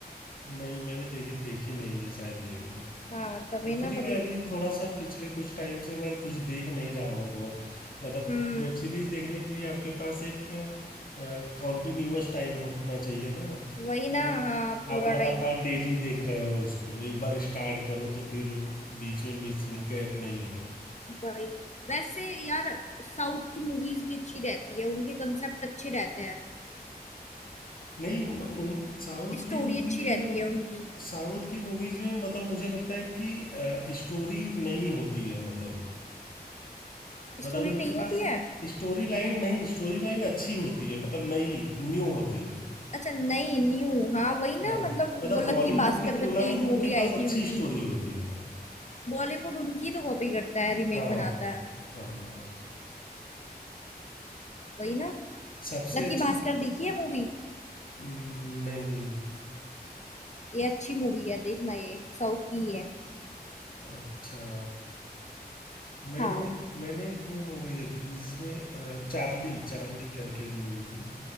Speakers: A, on the left; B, on the left.
A: नहीं मैंने देखी देखी नहीं है शायद ये भी
B: हाँ तभी
A: एक्चुअली
B: ना
A: मैं
B: तभी
A: अभी थोड़ा सा पिछले कुछ टाइम से मैं कुछ देख नहीं रहा हूँ बहुत मतलब
B: हम्म
A: वेब सीरीज देखने के लिए आपके पास एक कॉन्टिन्यूअस टाइम होना चाहिए ना कि
B: वही ना
A: आप
B: हाँ पूरा
A: आप लगातार
B: टाइम
A: डेली देख रहे हो उसको एक बार स्टार्ट करो तो फिर वो बीच में मिस नहीं गैप नहीं हो
B: वही वैसे यार साउथ की मूवीज भी अच्छी रहती है उनके कंसेप्ट अच्छे रहते हैं
A: नहीं म- उन साउथ
B: स्टोरी
A: की मूवीज
B: अच्छी रहती
A: में
B: है उनकी
A: साउथ की मूवीज में मतलब मुझे लगता है कि स्टोरी नहीं होती है मतलब
B: स्टोरी
A: मतलब उनके
B: नहीं होती
A: पास
B: है
A: स्टोरी लाइन नहीं स्टोरी लाइन अच्छी होती है मतलब नई न्यू होती है
B: अच्छा नहीं न्यू हाँ वही ना
A: हाँ
B: मतलब
A: मतलब
B: वो लकी
A: बॉलीवुड
B: भास्कर
A: के तुलना
B: करके
A: में
B: एक
A: तो उनके
B: मूवी
A: पास
B: आई थी
A: अच्छी
B: उनकी
A: स्टोरी होती है
B: बॉलीवुड उनकी तो कॉपी करता है रीमेक
A: हाँ
B: बनाता है
A: हाँ
B: वही ना
A: सबसे
B: लकी
A: अच्छी
B: भास्कर देखी है मूवी
A: हम्म, नहीं
B: ये अच्छी मूवी है देखना ये साउथ की ही है
A: अच्छा मैंने
B: हाँ
A: एक मैंने एक वो मूवी देखी थी जिसमें अ, चार्ली चार्ली करके एक मूवी थी